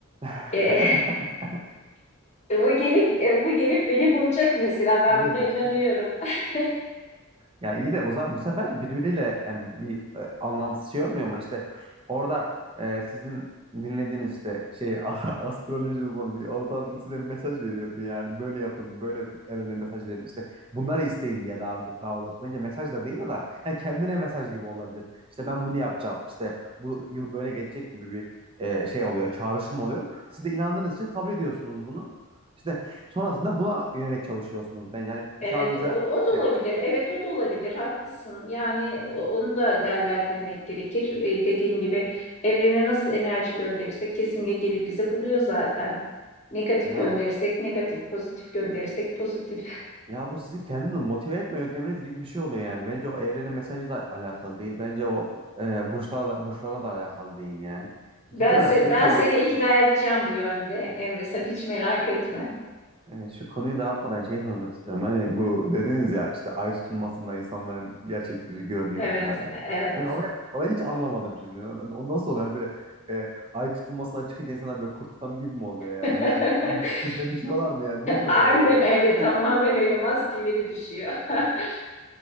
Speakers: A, on the right; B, on the left.
A: <laughs>
B: E, <laughs> bu gelip e, bu gelip beni bulacak mesela ben
A: Neyse
B: buna inanıyorum.
A: şimdi.
B: <laughs>
A: Ya iyi de bu, za- bu sefer birbiriyle yani bir e, anlamsız şey olmuyor mu? İşte orada e, sizin dinlediğiniz işte şey <laughs> astroloji uzmanı bir oradan size bir mesaj veriyor bir yani böyle yapın böyle evrene mesaj verin işte bunları isteyin diye daha, daha doğrusu bence mesaj da değil o da yani kendine mesaj gibi olabilir. İşte ben bunu yapacağım işte bu yıl böyle geçecek gibi bir e, şey oluyor çağrışım oluyor. Siz de inandığınız için kabul ediyorsunuz bunu. İşte sonrasında buna yönelik çalışıyorsunuz. Ben yani
B: Evet
A: şu an mesela
B: o, o da olabilir.
A: e,
B: Evet o da olabilir. Haklısın. Yani o- onu da değerlendirmek gerekir. E, dediğim gibi evrene nasıl enerji gönderirsek kesinlikle gelip bizi buluyor zaten. Negatif
A: Ya
B: gönderirsek
A: bu
B: negatif, pozitif gönderirsek pozitif.
A: ya bu sizin kendini motive etme yönteminiz gibi bir şey oluyor yani. Bence o evrenin mesajı da alakalı değil. Bence o e, burçlarla da, burçlarla da alakalı değil yani.
B: Ben,
A: İkinci olarak
B: se
A: şey
B: ben
A: sormak
B: seni
A: istiyorum.
B: ikna edeceğim bu yönde Emre sen hiç merak etme.
A: E, şu konuyu dağıtmadan şeyi sormak istiyorum. Hani bu dediniz ya işte ay tutulmasında insanların gerçek yüzü görünüyor
B: Evet,
A: falan. diye.
B: evet.
A: Ben orayı, orayı hiç anlamadım şimdi. O nasıl oluyor? Hani böyle e, ay tutulmasından çıkınca insanlar böyle kurt adam gibi mi oluyor
B: <laughs>
A: yani? Veya dönüşüyorlar mı yani? Nedir olay
B: Aynen
A: abi?
B: öyle
A: <laughs>
B: tamamen öyle maskeleri düşüyor. <laughs>